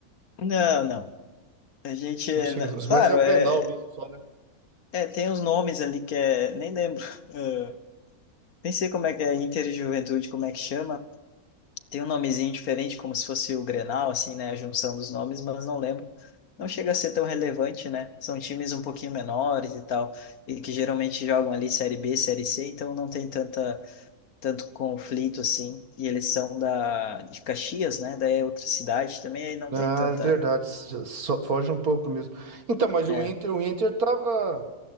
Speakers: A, on the left; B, on the right.
A: Não, não. A gente, é
B: Não chega,
A: na- claro,
B: mas é o
A: é,
B: Grenal mesmo, só, né?
A: é, tem os nomes ali que é, nem lembro, <laughs> eh, nem sei como é que é Interjuventude, como é que chama. Tem um nomezinho diferente, como se fosse o Grenal, assim, né, a junção dos nomes, mas não lembro. Não chega a ser tão relevante, né? São times um pouquinho menores e tal, e que geralmente jogam ali Série B, Série C, então não tem tanta, tanto conflito assim. E eles são da, de Caxias, né? Daí é outra cidade também, aí não
B: Ah,
A: tem tanta.
B: é verdade. s- Só, foge um pouco mesmo. Então, mas
A: É.
B: o Inter, o Inter tava,